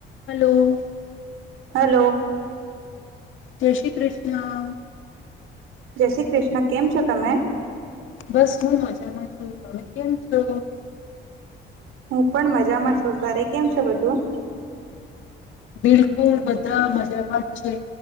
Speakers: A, on the left; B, on the right.
A: Hello.
B: Hello.
A: જય શ્રી કૃષ્ણ.
B: જય શ્રી કૃષ્ણ કેમ છો તમે?
A: બસ હું મજામાં છું તમે કેમ છો?
B: હું પણ મજામાં છું ઘરે કેમ છે બધું?
A: બિલકુલ બધા મજામાં જ છે